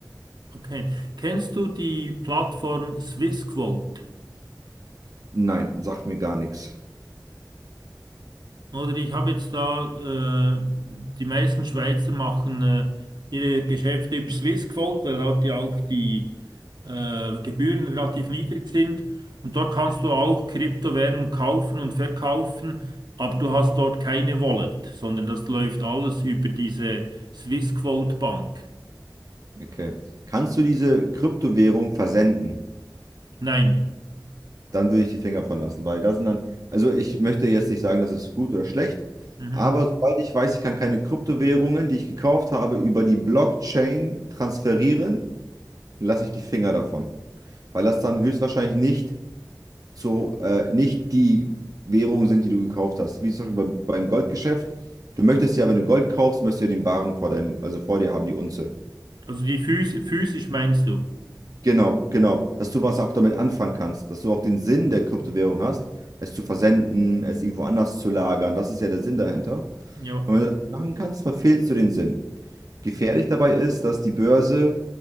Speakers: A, on the right; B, on the right.
A: okay. Kennst du die Plattform SwissQuote?
B: Nein, sagt mir gar nichts.
A: Oder ich habe jetzt da, äh, die meisten Schweizer machen äh, ihre Geschäfte über Swissquote, weil dort ja auch die äh, Gebühren relativ niedrig sind. Und dort kannst du auch Kryptowährungen kaufen und verkaufen, aber du hast dort keine Wallet, sondern das läuft alles über diese Swissquote Bank.
B: Okay. Kannst du diese Kryptowährung versenden?
A: Nein.
B: dann würde ich die Finger von lassen, weil das sind dann, also ich möchte jetzt nicht sagen, das ist gut oder schlecht,
A: Mhm.
B: aber sobald ich weiß, ich kann keine Kryptowährungen, die ich gekauft habe, über die Blockchain transferieren, lasse ich die Finger davon, weil das dann höchstwahrscheinlich nicht zu, äh, nicht die Währungen sind, die du gekauft hast, wie zum Beispiel bei, beim Goldgeschäft. Du möchtest ja, wenn du Gold kaufst, möchtest du ja den Barren vor dein, also vor dir haben, die Unze.
A: Also die phys physisch meinst du?
B: Genau, genau. Dass du was auch damit anfangen kannst, dass du auch den Sinn der Kryptowährung hast, es zu versenden, es irgendwo anders zu lagern. Das ist ja der Sinn dahinter.
A: Ja,
B: Und wenn du das nicht machen kannst, verfehlst du den Sinn. Gefährlich dabei ist, dass die Börse